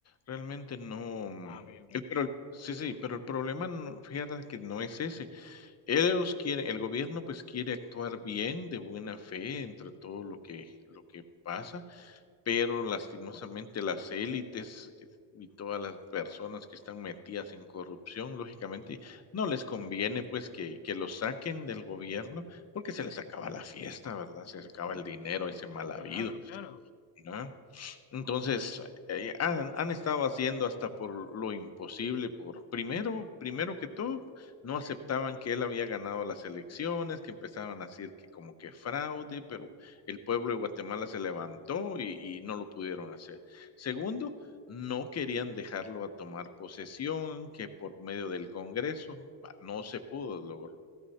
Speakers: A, on the left; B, on the left.
A: Realmente no, mm,
B: Ah, ok, ok.
A: el pero el sí, sí, pero el problema no fíjate que no es ese. Ellos quieren el gobierno, pues, quiere actuar bien, de buena fe, entre todo lo que lo que pasa, pero lastimosamente las élites que y todas las personas que están metidas en corrupción, lógicamente, no les conviene, pues, que que los saquen del gobierno, porque se les acaba la fiesta, ¿verdad? Se les acaba el dinero ese mal habido,
B: Claro, claro,
A: ¿no? Entonces, eh, han, han estado haciendo hasta por lo imposible, por primero, primero que todo, no aceptaban que él había ganado las elecciones, que empezaban a decir que como que fraude, pero el pueblo de Guatemala se levantó y, y no lo pudieron hacer. Segundo, no querían dejarlo a tomar posesión, que por medio del Congreso, bah, no se pudo lograr.